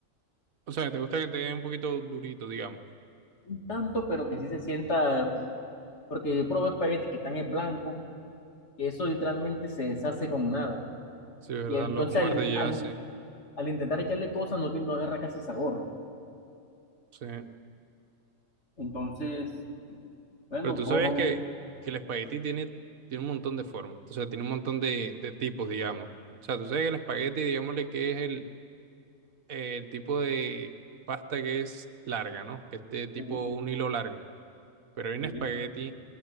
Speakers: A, on the right (about 85°); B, on the left (about 55°).
A: O sea, te gusta que te den un poquito durito, digamos.
B: un tanto, pero que sí se sienta, porque yo probé espagueti que están en blanco, que eso literalmente se deshace con nada.
A: Sí, ¿verdad?
B: Y entonces
A: Los muerdes
B: al,
A: ya
B: al, al intentar echarle cosas no, tiene- no agarra casi sabor.
A: Sí. sí.
B: Entonces, bueno,
A: Pero tú
B: cojo,
A: sabías que, que el espagueti tiene, tiene un montón de formas. O sea, tiene un montón de, de tipos, digamos. O sea, tú sabes que el espagueti, digámosle que es el, el tipo de pasta que es larga, ¿no? Que es de tipo
B: sí,
A: un hilo largo. pero hay un
B: sí,
A: espagueti